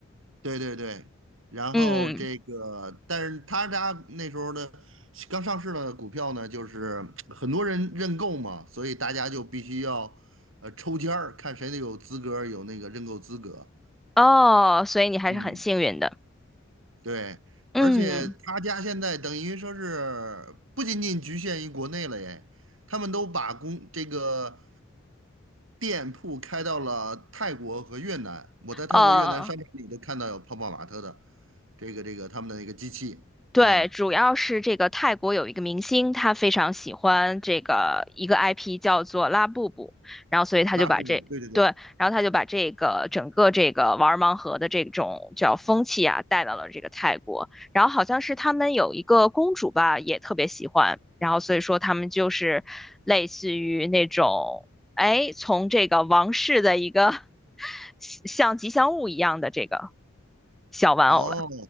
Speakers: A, on the right; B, in the centre.
A: 对对对，然后这个，
B: 嗯，
A: 但是他家那时候的刚上市的股票呢，就是很多人认购嘛，所以大家就必须要呃抽签儿，看谁有资格，有那个认购资格，
B: 哦，所以你还是很幸运的。
A: 嗯。对，
B: 嗯，
A: 而且他家现在等于说是不仅仅局限于国内了耶，他们都把公这个店铺开到了泰国和越南。我在泰国、
B: 哦。
A: 越南商场里都看到有泡泡玛特的这个这个他们的一个机器，
B: 对，
A: 嗯，
B: 主要是这个泰国有一个明星，他非常喜欢这个一个 IP 叫做拉布布，然后所以他就把这对，
A: 拉布布，对对对，
B: 然后他就把这个整个这个玩盲盒的这种叫风气啊带到了这个泰国，然后好像是他们有一个公主吧，也特别喜欢，然后所以说他们就是类似于那种哎，从这个王室的一个 <laughs> 像吉祥物一样的这个小玩偶了，
A: 哦，